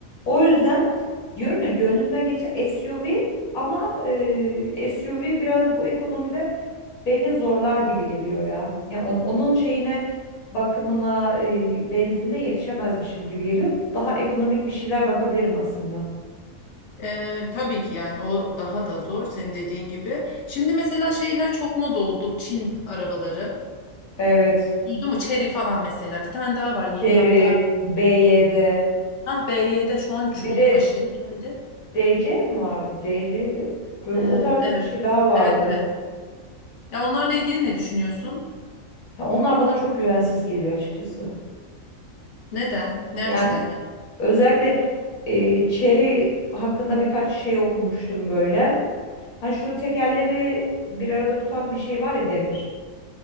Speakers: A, on the left; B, on the left.
A: O yüzden diyorum ya gönlümden geçen SUV ama e, SUV biraz bu ekonomide Beni zorlar gibi geliyor ya. Ya on- onun şeyine bakımına, e, benzinine yetişemezmişim gibi geliyor. Daha ekonomik bir şeyler bakabilirim aslında.
B: Ee, tabii ki yani o daha da zor senin dediğin gibi. Şimdi mesela şeyler çok moda oldu. Bu Çin arabaları.
A: Evet.
B: Duydun mu? Chery falan mesela. Bir tane daha var yeni
A: Chery,
B: hatta.
A: BYD,
B: Ah BYD şu an çok
A: bir de
B: aşırı geldi.
A: DC mi vardı? DC ile böyle
B: Ee,
A: o tarz
B: evet.
A: bir şey daha vardı.
B: Evet evet. Ya onlarla ilgili ne düşünüyorsun?
A: Ya onlar bana çok güvensiz geliyor açıkçası.
B: Neden? Ne
A: Yani
B: açıdan yani?
A: özellikle e, Chery hakkında birkaç şey okumuştum böyle. Hani şu tekerleri bir arada tutan bir şey var ya demir.